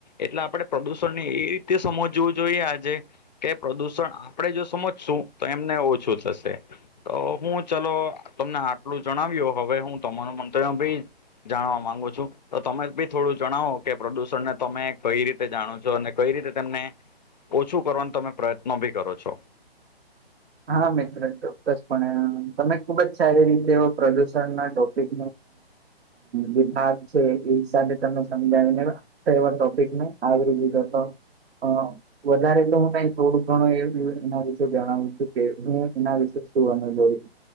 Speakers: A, on the left; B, on the right.
A: એટલે આપણે પ્રદુષણને એ રીતે સમજવું જોઈએ. આજે કે પ્રદૂષણ આપણે જો સમજશું તો એમને ઓછું થશે. તો હું ચલો તમને આટલું જણાવ્યો હવે, હું તમાર મંતવ્ય ભી જાણવા માંગુ છુ, તો તમે બી થોડું જણાવો કે પ્રદૂષણને તમે કઈ રીતે જાણો છો અને કઈ રીતે તેમને ઓછું કરવાનો તમે પ્રયત્નો બી કરો છો.
B: હા, મિત્ર ચોક્કસપણે તમે ખુબ જ સારી રીતે પ્રદુષણના ટોપિક જે ભાગ છે, એ હિસાબે તમે સમજાવી લેવા એવા ટોપિકને આવરી લીધો હતો. અ વધારે તો હુ, ત થોડુંક ઘણું એ એના વિશે જણાવું છુ. કે હું એના વિશે જોડી